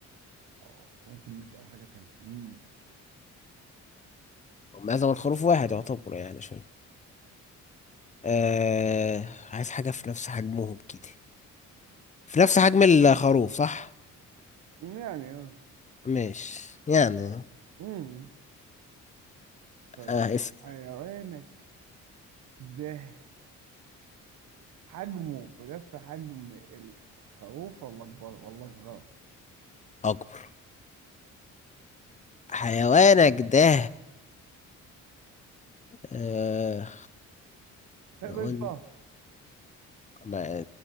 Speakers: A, on the right; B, on the left.
A: أو ممكن نسأل حاجة تانية امم
B: معزة والخروف واحد يعتبر يعني شوية آه عايز حاجة في نفس حجمهم كده في نفس حجم الخروف صح
A: يعني اه
B: ماشي يعني
A: امم طيب
B: آه اس
A: حيوانك ده حجمه بنفس حجم ال- الخروف ولا اكبر ولا صغير
B: أكبر حيوانك ده آه
A: سيد
B: نقول
A: قشطة
B: ما